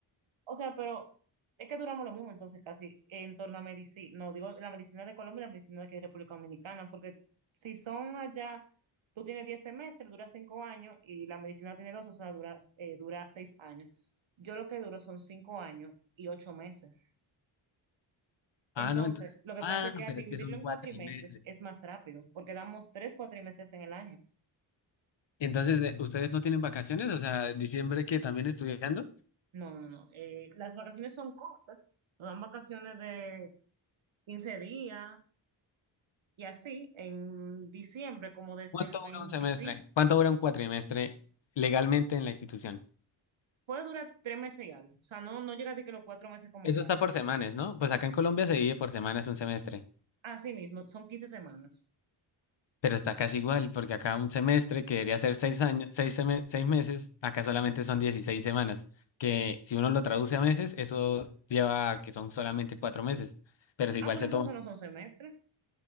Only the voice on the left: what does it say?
Ah, no, entonces.
Ah,
pero
es que es un
cuatrimestre.
Entonces, eh, ¿ustedes no tienen vacaciones? O sea, diciembre que también estudiando.
¿Cuánto
dura un semestre?
¿Cuánto dura un cuatrimestre legalmente en la institución?
Eso
está por semanas, ¿no? Pues acá en Colombia se divide por semanas un semestre,
pero está casi igual, porque acá un semestre que debería ser seis años, seis, seme- seis meses, acá solamente son 16 semanas, que si uno lo traduce a meses, eso lleva a que son solamente cuatro meses, pero si
igual
se
toma